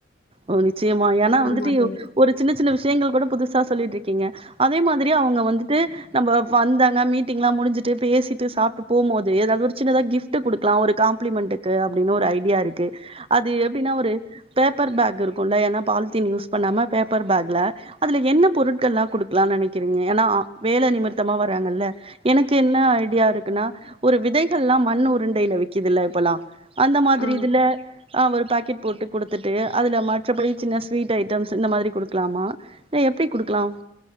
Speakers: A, on the right; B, on the left.
A: ஓ நிச்சயமா ஏன்னா
B: ஆமா
A: வந்துட்டு
B: தோழி
A: ஒரு சின்ன சின்ன விஷயங்கள் கூட புதுசா சொல்லிட்டு இருக்கீங்க அதே மாதிரி அவுங்க வந்துட்டு நம்ம வந்தன்னா மீட்டிங்லா முடிஞ்சுட்டு பேசிட்டு சாப்ட்டு போம்போது ஏதாவது ஒரு சின்னதாக கிஃப்ட் கிஃப்ட் குடுக்கலா ஒரு காம்பிளிமெண்ட்டுக்கு அப்டின்னு ஒரு ஐடியா இருக்கு அது எப்டின்னா ஒரு பேப் பேப்பர் பேக் இருக்குல்ல ஏனா பால்த்தீன் யூஸ் பண்ணாம பேப்பர் பேக்ல அதுல என்ன பொருட்கள்லா குடுக்கலானு நெனக்கிறீங்க ஏனா வேல நிமித்தமா வர்றாங்கல்ல எனக்கு என்ன ஐடியா இருக்குனா ஒரு விதைகள்லா மண் உருண்டையில விக்குதுல இப்பல்லா அந்த மாதிரி
B: ஆ
A: இதுல ஆ ஒரு பாக்கெட் போட்டு குடுத்து ட்டு அதுல மற்றபடி சின்ன ஸ்வீட் ஐட்டம்ஸ் இந்த மாதிரி குடுக்கலாமா இல்ல எப்டி குடுக்கலா